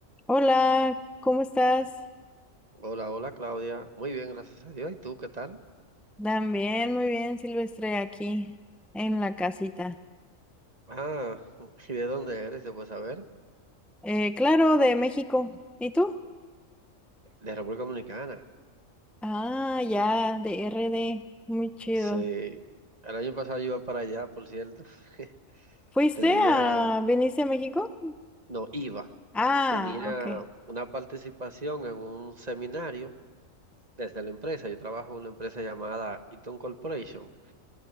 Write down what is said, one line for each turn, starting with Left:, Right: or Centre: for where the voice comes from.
Centre: Hola, ¿cómo estás?
Right: Hola, hola Claudia. Muy bien, gracias a Dios. ¿Y tú qué tal?
Centre: También, muy bien, Silvestre, aquí en la casita.
Right: Ah, <laughs> ¿y de dónde eres? Yo, Pues a ver,
Centre: Eh, claro, de México. ¿Y tú?
Right: de República Dominicana.
Centre: Ah, ya, de RD. Muy chido.
Right: Sí, el año pasado yo iba para allá, por cierto. <laughs>
Centre: ¿Fuiste
Right: Tenía,
Centre: a, viniste a México?
Right: no, iba.
Centre: Ah,
Right: Tenía
Centre: ok.
Right: una participación en un seminario desde la empresa. Yo trabajo en una empresa llamada Eaton Corporation